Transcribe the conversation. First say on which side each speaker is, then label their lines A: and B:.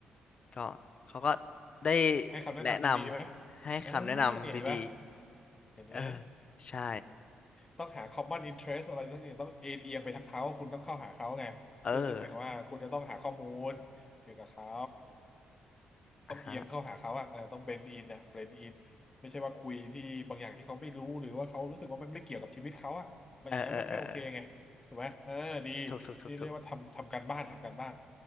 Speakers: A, on the left (about 40°); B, on the left (about 25°).
A: ก็เขาก็ได้
B: ให้คำแนะนำดีๆไหม
A: แนะนำให้คำแนะนำดี
B: เออนี่เห็นไหม
A: ๆเออ
B: เห็นไหม
A: ใช่
B: ต้องหา common interest อะไรสักอย่างต้องเอ็นเอียงไปทางเขา คุณต้องเข้าหาเขาไงซึ่งซึ่งหมายความว่าคุณจะต้องหาข้อมูลเกี่ยวกับเขา
A: เอออ่ะฮะ
B: ต้องเอียงเข้าหาเขาอ่ะเออต้องเบนอินอ่ะเบนอินไม่ใช่ว่าคุยที่บางอย่างที่เขาไม่รู้หรือว่าเขารู้สึกว่ามันไม่เกี่ยวกับชีวิตเขาอ่ะมันอย่างนั้นมันไม่โอเคไงถูกไหมเออดี
A: เออเออเออเออถูกถูกถูกถูก
B: นี่เรียกว่าทำทำการบ้านทำการบ้าน